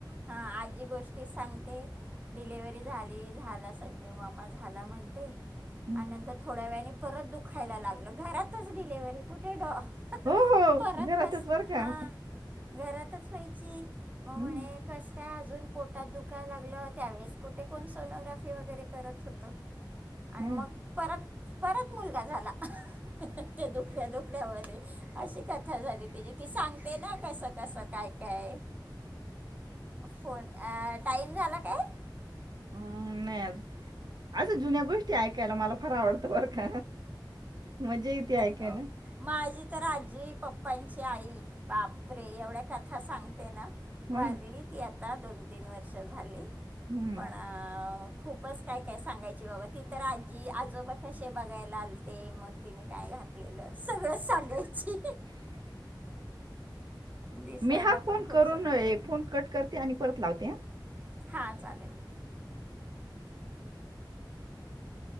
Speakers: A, on the right; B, on the right.
A: हा आजी गोष्ट ती सांगते डिलेवररी झाली झाला संजीव मामा झाला म्हणते.
B: हम्म.
A: आणि नंतर थोड्या वेळानी परत दुखायला लागलं घरातच डिलेिव्हरी कुठे डॉ.
B: हो हो
A: परत
B: घरातच
A: कस
B: बरं का
A: हा घरातच. खयची मग
B: हम्म
A: म्हणे कसं काय अजून पोटात दुखायला लागलं त्यावेळेस कुठे कोण सोनोग्राफी वगैरे करत होतं. आणि
B: हा
A: मग परत परत मुलगा झाला. त्या दधुकड्या दुकड्यामध्ये अशी खातात. कथा झाली त्याची ती सांगते ना कसं कसं काय काय. फोन टाईम झाला काय.
B: हम् नाही असशा जुन्या गोष्टी ऐकायला मला फार आवडतं. बर ख मजा य तती ऐकू
A: हो
B: ना.
A: माझी तर आजी पप्पांची आई बापरे एवढ्या कथा सांगते ना.
B: हं,
A: वाारली ती आता दोन तीन वर्ष झाली
B: हं.
A: पण खूपच काय काय सांगायची बाबा ती तर आजी आजोबा कसे बघायला आलते मग. तिने काय घातलेलं सगळं सांगायची. दिसायला
B: मी हा फोन
A: पण खूप
B: करून
A: सुंदर होती.
B: फोन कट करते आणि परत लावते.
A: हा चालेल.